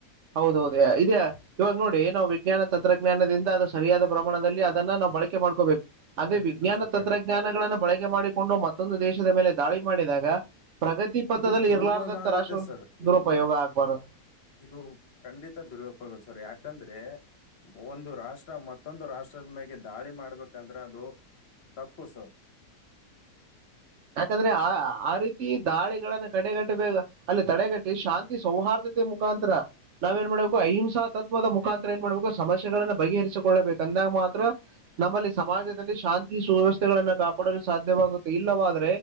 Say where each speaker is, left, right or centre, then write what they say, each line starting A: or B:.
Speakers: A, on the right; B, on the left.
A: ಹೌದೌದು ಇದ್ಯಾ ಇವಾಗ ನೋಡಿ ನಾವು ವಿಜ್ಞಾನ ತಂತ್ರಜ್ಞಾನದಿಂದ ಅದು ಸರಿಯಾದ ಪ್ರಮಾಣದಲ್ಲಿ ಅದನ್ನ ನಾವು ಬಳಕೆ ಮಾಡ್ಕೋಬೇಕು ಅದೇ
B: ಖಂಡಿತ
A: ವಿಜ್ಞಾನ
B: ಸರ್
A: ತಂತ್ರಜ್ಞಾನಗಳನ್ನ
B: ಖಂಡಿತ
A: ಬಳಕೆ ಮಾಡಿಕೊಂಡು ಮತ್ತ ಮತ್ತೊಂದು ದೇಶದ ಮೇಲೆ ದಾಳಿ ಮಾಡಿದಾಗ ಪ್ರಗತಿ ಪಥದಲ್ಲಿ
B: ಇದು ದುರುಪಯೋಗ
A: ಇರ್ಲಾರ್ದಂತರಾಷ್ಟು
B: ಆಗುತ್ತೆ ಸರ್
A: ದುರುಪಯೋಗ
B: ಇದು
A: ಆಗ್ಬಾರ್ದ
B: ಇದು ಖಂಡಿತ ದುರ್ಯೋಪೋಗ ಸರ್ ಯಾಕಂದ್ರೆ ಒಂದು ರಾಷ್ಟ್ರ ಮತ್ತೊಂದು ರಾಷ್ಟ್ರದ ಮೇಲೆ ದಾಳಿ ಮಾಡ್ಬೇಕಂದ್ರೆ ಅದು ತಪ್ಪು ಸರ್
A: ಯಾಕಂದ್ರೆ ಆ ಆ ರೀತಿ ದಾಳಿಗಳನ್ನ ಕಡೆಗಟ್ಟಬೇಕ ಅಲ್ಲಿ ತಡೆಗಟ್ಟಿ ಶಾಂತಿ ಸೌಹಾರ್ದತೆ ಮುಖಾಂತರ ನಾವ್ ಏನ್ ಮಾಡ್ಬೇಕು ಅಹಿಂಸಾ ತ್ವದ ಮುಖಾಂತರ ಏನು ಮಾಡಬೇಕು ಸಮಾ ಗಳನ್ನು ಬಗೆಹರಿಸಿಕೊಳ್ಳಬೇಕು ಅಂದಾಗ ಮಾತ್ರ ನಮ್ಮಲ್ಲಿ ಸಮಾಜದಲ್ಲಿ ಶಾಂತಿ ಸುವ್ಯವಸ್ಥೆಗಳನ್ನು ಕಾಪಾಡಲು ಸಾಧ್ಯವಾಗುತ್ತೆ ಇಲ್ಲವಾದ